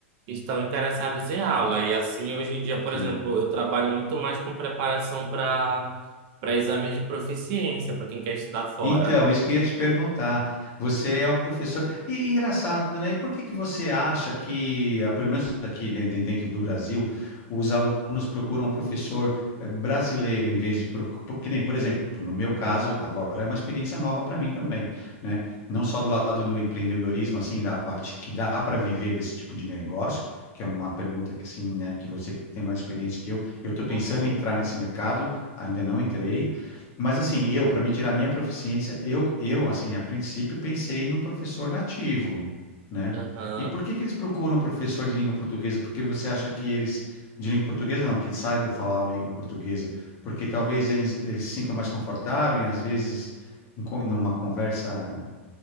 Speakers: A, on the right; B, on the left.
A: que estão interessadas em aula. E assim, hoje em dia, por
B: sim.
A: exemplo, eu trabalho muito mais com preparação para para exames de proficiência, para quem quer estudar fora.
B: Então, isso que eu ia te perguntar. Você é um professor. E engraçado, né? E por que que você acha que, ah, pelo menos aqui den- den- dentro do Brasil, os alunos procuram um professor eh, brasileiro em vez de proc- por- que nem, por exemplo, no meu caso, agora é uma experiência nova para mim também, né? Não só do lado do empreendedorismo, assim, da parte que dá para viver desse tipo de negócio, que é uma pergunta que assim, né, que você tem mais experiência que eu. Eu estou pensando
A: Uhum.
B: em entrar nesse mercado, ainda não entrei mas assim, eu, para me tirar minha proficiência, eu, eu, assim, a princípio pensei num professor nativo, né?
A: Aham.
B: E por que que eles procuram um professor de língua portuguesa? Porque você acha que eles, de língua portuguesa não, que saibam falar a língua portuguesa, porque talvez eles, eles se sintam mais confortáveis, às vezes, em co- numa conversa,